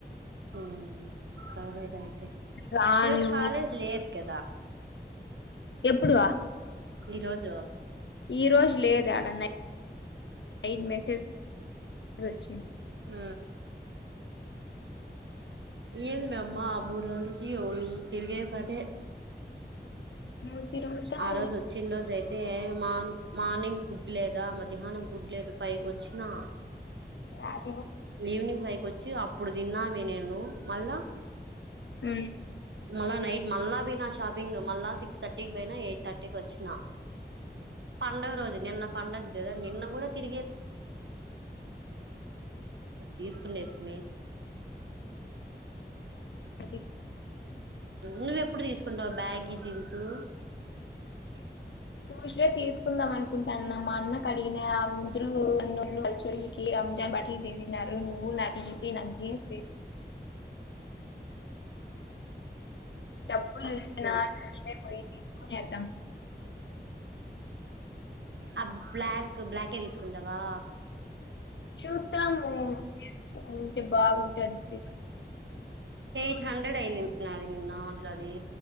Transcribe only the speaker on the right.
హామ్ సరేగా అయితే
ఈరోజు కాలేజ్ లేదు కదా
ఈరోజు
ఆ ఏదు మే అమ్మా మూడు రోజు తిరిగే పనే
ఆ రోజు వచ్చిన రోజు అయితే మా మార్నింగ్ ఫుడ్ లేదా మధ్యాహ్నం ఫుడ్ లేదు పైకి వచ్చినా
ఈవినింగ్ ఫైవ్ కి వచ్చి అ అప్పుడు తిన్నామే నేను మళ్ళా
మల్ల నైట్ మల్ల ఇవి షాపింగ్ మల్ల సిక్స్ తర్టీకి పోయినా ఎయిట్ తర్టీకి వచిన్నా పండుగ రోజు నిన్న పండగ గదా నిన్న గుడా తి తీసుకునేస్తిమి
నువ్వెప్పుడు తీసుకుంటావ్ బ్యాగి జీన్సు ఇ
అ బ్లాక్ బ్లాకే వేసుకుంటావా
ఎయిట్ హండ్రెడ్ అయింది నాది నిన్న ట్లాదె